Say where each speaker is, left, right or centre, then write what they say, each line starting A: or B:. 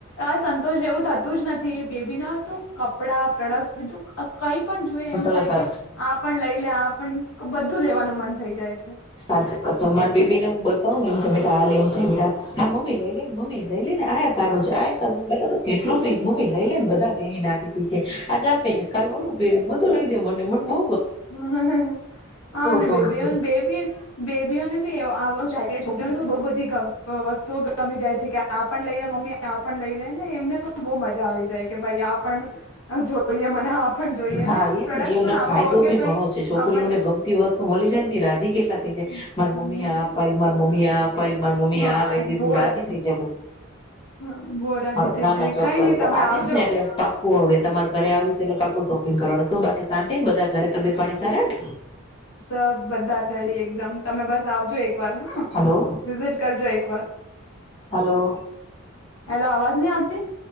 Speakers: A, on the left (about 80°); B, on the left (about 25°).
A: આ સંતોષ જેવું થતું ધું જ નથી બેબી ના તો કપડા પ્રોડક્ટ બીધું કઈ પણ જુએ એમ
B: સરસ
A: થાય
B: આપ
A: કે,
B: છે
A: આ પણ લઈ લે આ પણ બધું લેવાનું. મન થઈ જાય છે.
B: સાચે કે મારે બેબી ને હું બ કવ ને કે બેટા આ લેવું છે બેટા તો હા મમ્મી લઈ લે ને મમી લઈ લે ને આ સારું છે આએ સ કેટલું થઈ, મમ્મી લઈલે ને બધા <unintelligible> ના કીધી તે કે આજે આ પેરિશ કાલે ઓલુ પહેરીશ બધું તો, લઈ દે મને મને બો
A: હા હા આને
B: શોખ
A: બેબી
B: છે
A: ઓને, બેબી જ. બેબીઓને બી આવો <unintelligible> છોકરીઓને તો બો બધી. વસ્તુઓ ગમી જાય છે કે આ આ પણ લઈ લે મમ્મી આ પણ લઈ લે ને એમને તો બહુ મજા આવી જાય કે--, ભાઈ આપણ જોઈએ મને આપ. પણ જોઈએ
B: હા
A: ને,
B: એ જ
A: પ્રોડક્ટ
B: એનો
A: પણ આવા
B: ફાયદો
A: હો
B: બી
A: ભાઈ
B: ઘણો છે છોકરીઓને
A: આપણને
B: ગમતી વસ્તુ મળી જાયતો એ રાજી કે થઈ જાય
A: હમ.
B: મારા મમ્મી આપ આ અપાવ્યું, મારા મમ્મી એ આ અપાવ્યું મારી મમ્મી એ
A: હા
B: આ લઇ દીધું
A: બહુ
B: રાજી થાઈ જાયે બો
A: હા બહુ રાજી
B: હ
A: થઈ
B: ના
A: જાય
B: ના ચોક્કસ
A: કઈ નહી તમે
B: આવીશ
A: આવજો
B: ને એટલે પાકુ હું હવે, તમારે ઘરે આવીશ એટલે પા હું શોપિંગ કરવાની છું, બાકી શાંતિ ને બધા ઘરે. તબિયત પાણી સારા ને
A: સબ બધા રેડી એકદમ તમે બસ. આવજો એક એકવાર હા,
B: હલો
A: વિઝિટ કરજો એક વાર.
B: હલો.
A: હેલો, અવાજ નહી આવતી.